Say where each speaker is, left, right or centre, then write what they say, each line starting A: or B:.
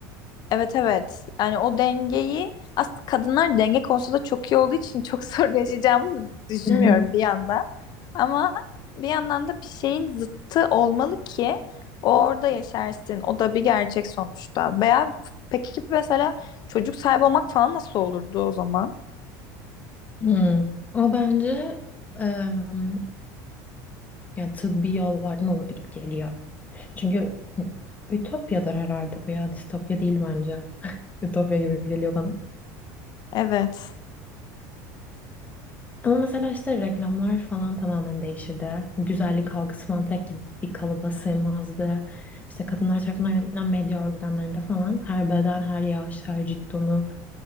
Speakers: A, on the left; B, on the left.
A: Evet evet. Yani o dengeyi aslında kadınlar denge konusunda çok iyi olduğu için çok <laughs> sorun yaşayacağımızı düşünmüyorum
B: <laughs>
A: bir yandan. Ama bir yandan da bir şeyin zıttı olmalı ki orada yaşarsın. O da bir gerçek sonuçta. Veya peki mesela çocuk sahibi olmak falan nasıl olurdu o zaman?
B: Hmm. O bence em, yani tıbbi yollardan olurdu gibi geliyor. Çünkü ütopyadır herhalde bu ya. Distopya değil bence. <laughs> Ütopya gibi geliyor bana.
A: Evet.
B: Ama mesela işte reklamlar falan tamamen değişirdi. Güzellik algısı falan tek gibi bir kalıba sığmazdı. İşte kadınlar tarafından yönetilen medya organlarında falan her beden, her yaş, her cilt tonu